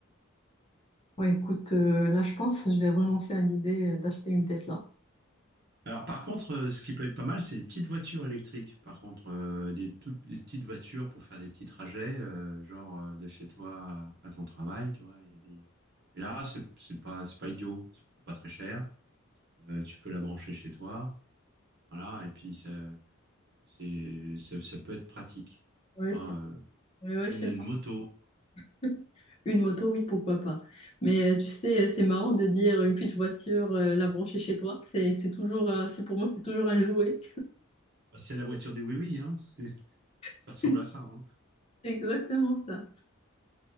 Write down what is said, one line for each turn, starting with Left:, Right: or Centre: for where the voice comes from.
Left: Ouais, écoute, euh, là je pense que je vais renoncer à l'idée euh, d'acheter une Tesla.
Right: Alors par contre, euh, ce qui peut être pas mal, c'est les petites voitures électriques. Par contre, euh, des toutes des petites voitures pour faire des petits trajets, euh, genre euh, de chez toi à ton travail, tu vois. il y a des- Et, là, c'est c'est pas c'est pas idiot, ça coûte pas très cher. Euh, tu peux la brancher chez toi, voilà. Et puis ça c'est ça, ça peut être pratique.
Left: Ouais,
Right: Tu vois,
Left: c'est
Right: euh,
Left: ouais, ouais,
Right: une,
Left: c'est
Right: une
Left: marrant.
Right: moto,
Left: <laughs> Une moto, oui, pourquoi pas. Mais euh, tu sais, c'est marrant de dire une petite voiture, euh, la brancher chez toi. C'est c'est toujours, euh, c'est pour moi, c'est toujours un jouet.
Right: c'est la voiture des oui-oui, hein. <laughs> Ça
Left: <laughs>
Right: ressemble
Left: C'est
Right: à ça, hein.
Left: exactement ça.